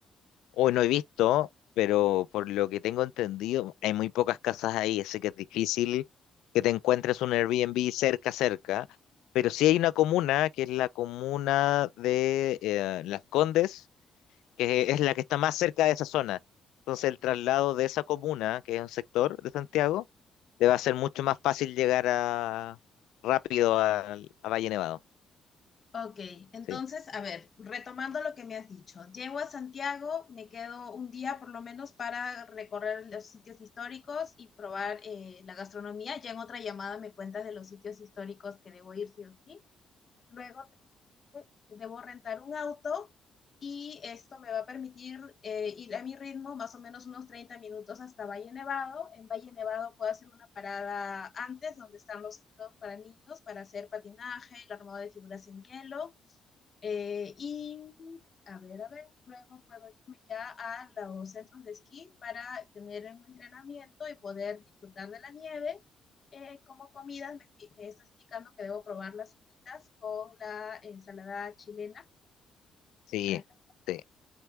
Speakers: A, on the left (about 85°); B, on the left (about 40°).
A: Hoy no he visto, pero por lo que tengo entendido, hay muy pocas casas ahí, así que es difícil que te encuentres un Airbnb cerca, cerca. Pero sí hay una comuna, que es la comuna de eh, Las Condes que es la que está más cerca de esa zona. Entonces el traslado de esa comuna, que es un sector de Santiago, le va a ser mucho más fácil llegar a, rápido al- a, Valle Nevado.
B: Ok, entonces,
A: Sí,
B: a ver, retomando lo que me has dicho, llego a Santiago, me quedo un día por lo menos para recorrer los sitios históricos y probar eh, la gastronomía. Ya en otra llamada me cuentas de los sitios históricos que debo ir sí o sí. Luego te- debo rentar un auto y esto me va a permitir eh, ir a mi ritmo más o menos unos 30 minutos hasta Valle Nevado. En Valle Nevado puedo hacer una parada antes donde están los centros para niños para hacer patinaje, el armado de figuras en hielo. Eh, y a ver, a ver, luego puedo irme ya a los centros de esquí para tener un entrenamiento y poder disfrutar de la nieve. Eh, como comidas, me, me estás indicando que debo probar las fritas con la ensalada chilena
A: sí,
B: para acá.
A: sí,